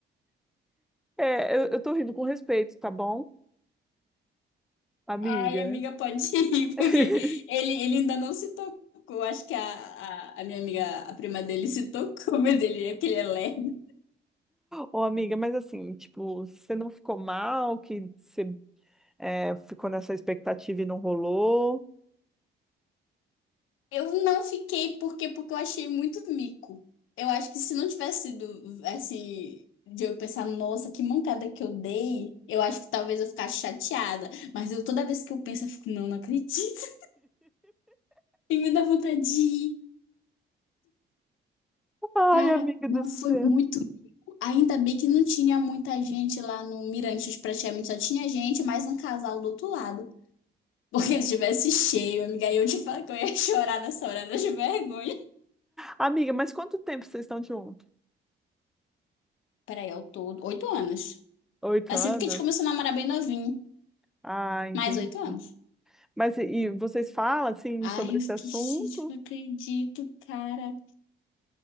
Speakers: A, in the centre; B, on the left.
A: É, eu, eu tô rindo com respeito, tá bom, amiga?
B: Ai, amiga, pode ir,
A: <laughs>
B: <laughs> porque ele, ele ainda não se tocou. Acho que a, a, a minha amiga, a prima dele, se tocou, <laughs> mas ele é porque ele é lerdo.
A: Ô, amiga, mas assim, tipo, você não ficou mal que você é, ficou nessa expectativa e não rolou?
B: Eu não fiquei, por quê? Porque eu achei muito mico. Eu acho que se não tivesse sido, assim, de eu pensar, nossa, que mancada que eu dei, eu acho que talvez eu ficasse chateada. Mas eu, toda vez que eu penso, eu fico, não, não acredito. <laughs> E me dá vontade de rir.
A: Ai,
B: Cara,
A: amiga
B: mas
A: do céu.
B: foi muito Ainda bem que não tinha muita gente lá no Mirantes, praticamente só tinha gente, mais um casal do outro lado. <laughs> Porque se tivesse cheio, amiga, aí eu te falo que <laughs> eu ia chorar nessa hora de vergonha.
A: Amiga, mas quanto tempo vocês estão juntos?
B: Peraí, eu tô oito anos.
A: Oito
B: Assim,
A: anos?
B: porque a gente começou a namorar bem novinho.
A: Ah, entendi.
B: Mais oito anos.
A: Mas e e vocês falam assim
B: Ai,
A: sobre
B: eu
A: esse
B: fiquei,
A: assunto?
B: gente, não acredito, cara.